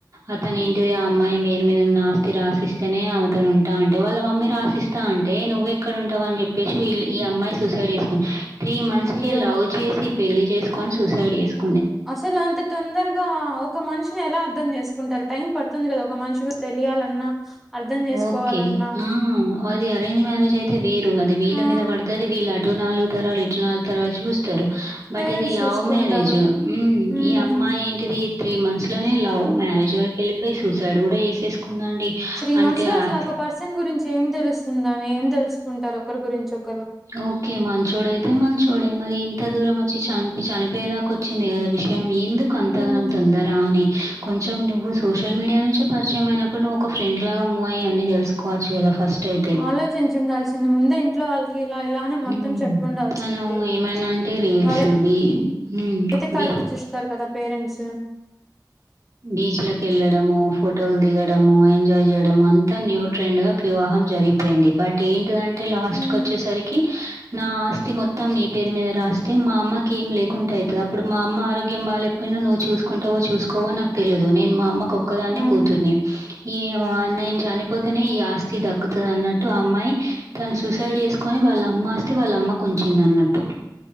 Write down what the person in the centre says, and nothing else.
అయ్యో
అసలు అంత తొందరగా ఒక మనిషిని ఎలా అర్ధం జేసుకుంటారు టైం పడుతుంది గదా ఒక మనిషి గురించి తెలియాలన్నా అర్థం చేసుకోవాలన్నా
ఆ
పేరెంట్స్
చూసుకుంటారు
మ్మ్
త్రీ
మంత్స్ లో
అసలు ఒక పర్సన్ గురించి ఏం తెలుస్తుందని ఏం తెలుసుకుంటారు ఒకరి గురించి ఒక్
మ్మ్
ఆలోచించుండాల్సింది ముందే ఇంట్లో వాళ్ళకి ఇలా ఇలా అని మొత్తం
చెప్పు ఉండాల్సిందే
వాళ్ళు
అయితే
కరెక్ట్ చేస్తారు కదా పేరెంట్స్
మ్మ్
అవును